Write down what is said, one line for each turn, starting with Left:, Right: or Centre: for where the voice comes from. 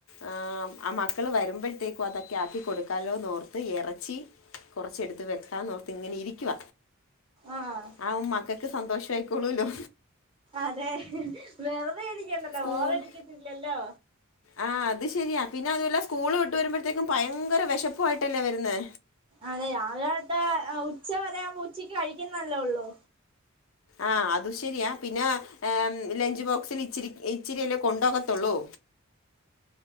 Left: ആഹ് ആ മക്കള് വരുമ്പഴ്ത്തേക്കും അതൊക്കെ ആക്കി കൊടുക്കാലോന്ന് ഓർത്ത് എറച്ചി കൊറച്ച് എടുത്ത് വെക്കാന്നോർത്ത് ഇങ്ങനെ ഇരിക്കുവ
Right: ആഹ്
Left: അതാവുമ്പ മക്കക്ക് സന്തോഷം ആയിക്കോളൂല്ലോ
Right: അതെ വെറുതെ ഇരിക്കണ്ടല്ലോ
Left: സ്കൂൾ
Right: ബോറടിക്കത്തില്ലല്ലോ
Left: ആഹ് അത് ശെരിയാ പിന്നെ അതുവല്ല സ്കൂള് വിട്ട് വരുമ്പഴ്ത്തേക്കും ഭയങ്കര വെശപ്പുആയിട്ടല്ലേ വരുന്നെ
Right: അതെ രാവിലെട്ടെ ഉച്ച വരെയാമ്പം ഉച്ചിക്ക് കഴിക്കുന്നല്ലേ ഉള്ളൂ.
Left: ആഹ് അത് ശെരിയാ പിന്നെ ലെഞ്ച് ബോക്സിൽ ഇച്ചിരി ഇച്ചിരിയല്ലേ കൊണ്ടൊകത്തുള്ളൂ.